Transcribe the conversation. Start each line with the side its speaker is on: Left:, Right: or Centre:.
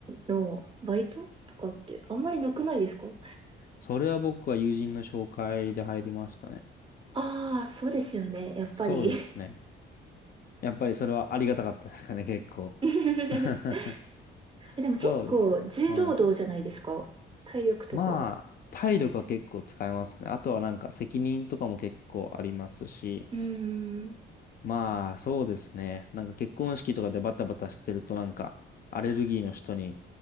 Right: のバイトとかってあんまりなくないですか
Left: それは僕は友人の紹介で入りましたね。
Right: ああー、そうですよね。やっぱり。
Left: そうですね。やっぱりそれはありがたかったですかね、
Right: あ
Left: 結構。
Right: <laughs>
Left: <laughs>
Right: え、でも結構重労働じゃないですか体力とか。
Left: そうですね。はい。まあ、
Right: う
Left: 体力は結構使えますね。あとはなんか責任とかも結構ありますし、
Right: ーん。
Left: まあ、そうですね。なんか結婚式とかでバタバタしてるとなんか、アレルギーの人に、